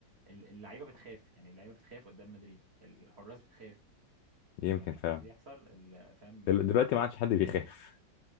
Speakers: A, on the right; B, on the left.
A: ال- اللعيبه بتخاف يعني اللعيبه بتخاف قدام مدريد الحراس بتخاف
B: يمكن
A: ولما
B: فعلا
A: ده بيحصل ال- فاهم
B: دل- دلوقتي ما عادش حد بيخاف